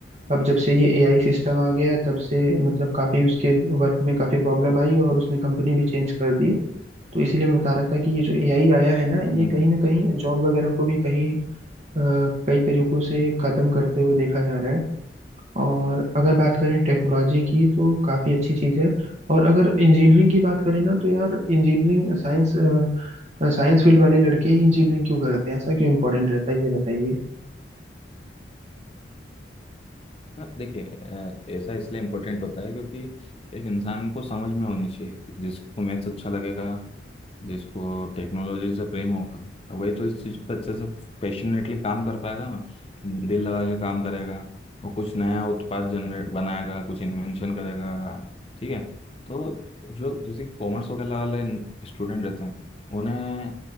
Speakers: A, on the right (about 40°); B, on the left (about 30°).
A: अब जब से ये एआई सिस्टम आ गया है तब से मतलब काफ़ी उसके वर्क में काफ़ी प्रॉब्लम आई और उसने कंपनी भी चेंज कर दी तो इसीलिए मैं बता रहा था कि ये जो एआई आया है ना
B: हम्म।
A: ये कहीं ना कहीं जॉब वगैरह को भी कहीं अ, कई तरीकों से खत्म करते हुए देखा जा रहा है और अगर बात करें टेक्नोलॉजी की तो काफ़ी अच्छी चीज़ है और अगर इंजीनियरिंग की बात करें ना तो यार इंजीनियरिंग साइंस साइंस फील्ड वाले लड़के ही इंजीनियरिंग क्यों करते हैं ऐसा क्यों इम्पोर्टेंट रहता है ये बताइए
B: हाँ देखिए अ, ऐसा इसलिए इम्पोर्टेंट होता है क्योंकि एक इंसान को समझ में होनी चाहिए जिसको मैथ्स अच्छा लगेगा जिसको टेक्नोलॉजी से प्रेम होगा वही तो इस चीज़ पर अच्छे से पैशनेटली काम कर पाएगा ना दिल लगा के काम करेगा वो कुछ नया उत्पाद जनरेट बनाएगा कुछ इन्वेंशन करेगा ठीक है तो जो जैसे कॉमर्स वगैरह वाले स्टूडेंट रहते हैं उन्हें